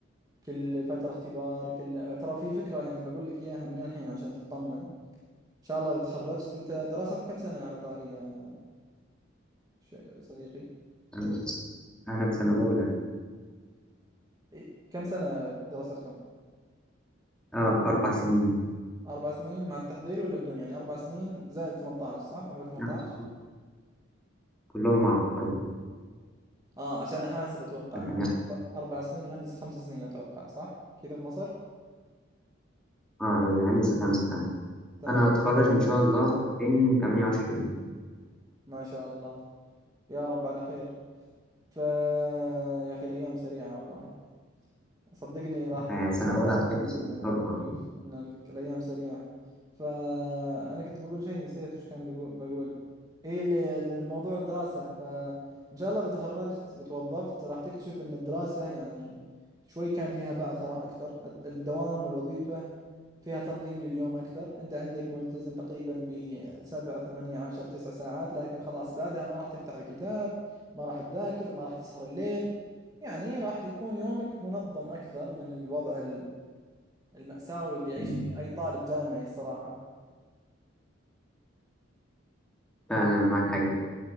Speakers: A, on the right; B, in the centre.
A: كل فترة اختبار كل ترى في فكرة يعني بقول لك اياها من الحين عشان تطمن ان شاء الله اذا تخرجت انت دراستك كم سنة على طاري يا ش- صديقي
B: أنا أنا في سنة أولى
A: إيه، كم سنة دراستكم
B: أه أربع سنين
A: اربع سنين مع التحضيري ولا بدون يعني اربع سنين زائد 18 صح عمرك 18
B: لا، كلهم أربع
A: اه عشان احاسب اتوقع
B: يعني
A: اربع سنين والهندسة خمس سنين اتوقع صح كذا في مصر
B: أه الهندسة خمسة كمان
A: تمام
B: أنا هتخرج إن شاء الله 2028
A: ما شاء الله يا رب على خير ف يا اخي الايام سريعة والله صدقني راح تذكر
B: آه سنة
A: هذا
B: أولى
A: الكلام
B: هتخلص بسرعة
A: وتشوف ان ال- الايام سريعه فانا كنت بقول شيء نسيت وش كان بقول بقول ايه اللي الموضوع الدراسه فان شاء الله اذا تخرجت وتوظفت راح تكتشف ان الدراسه يعني شوي كان فيها بعثره اكثر الدوام والوظيفه فيها تنظيم لليوم اكثر انت عندك ملتزم تقريبا بسبع ثمانية عشر تسع ساعات لكن خلاص بعدها ما راح تفتح الكتاب ما راح تذاكر ما راح تسهر الليل يعني راح يكون يومك منظم أكثر من الوضع ال- المأساوي اللي يعيش
B: مم.
A: فيه أي طالب جامعي الصراحة
B: فعلا معاك حاجة